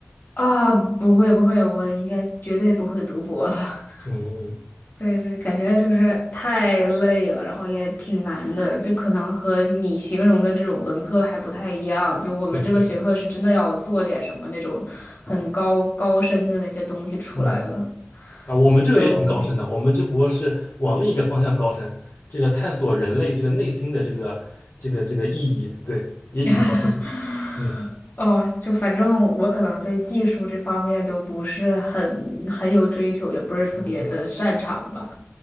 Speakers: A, on the left (about 50°); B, on the left (about 65°).
A: 啊，不会不会，我应该绝对不会读博了。<laughs>
B: 嗯嗯，
A: 对，是感觉就是太累了，然后也挺难的，就可能和你形容的这种文科还不太一样。就我们这个学科是真的要做点什么那种很高高深的那些东西出来的，
B: 对对，嗯啊，我们这个也挺高深的，
A: 就
B: 我们只不过是往另一个方向高深，这个探索人类这个内心的这个这个这个意义，对，也挺高深的。
A: <laughs>
B: 嗯
A: 哦，就反正我可能对技术这方面就不是很很有追求，也不是特别的擅长吧。
B: 嗯，